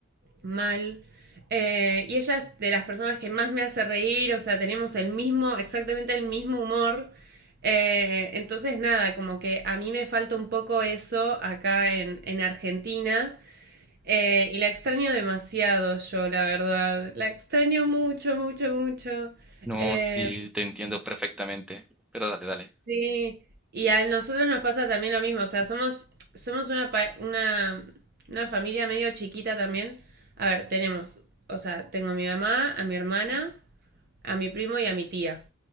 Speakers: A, on the right (about 50°); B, in the centre.
A: Mal. Eh, y ella es de las personas que más me hace reír, o sea, tenemos el mismo, exactamente el mismo humor. Eh, entonces, nada, como que a mí me falta un poco eso acá en, en Argentina. Eh, y la extraño demasiado yo, la verdad. La extraño mucho, mucho, mucho.
B: No,
A: Eh,
B: sí, te entiendo perfectamente, pero dale, dale.
A: Sí, y a nosotros nos pasa también lo mismo, o sea, somos, somos una, pa- una, una familia medio chiquita también. A ver, tenemos, o sea, tengo a mi mamá, a mi hermana, a mi primo y a mi tía,